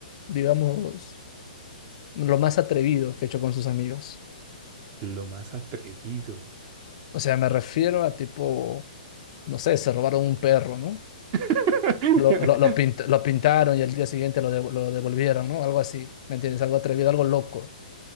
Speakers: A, on the left; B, on the right.
A: digamos, lo más atrevido que ha hecho con sus amigos?
B: lo más atrevido.
A: O sea, me refiero a tipo, no sé, se robaron un perro, ¿no?
B: <laughs>
A: Lo, lo, lo pint- lo pintaron y al día siguiente lo, dev- lo devolvieron, ¿no? Algo así, ¿me entiendes? Algo atrevido, algo loco.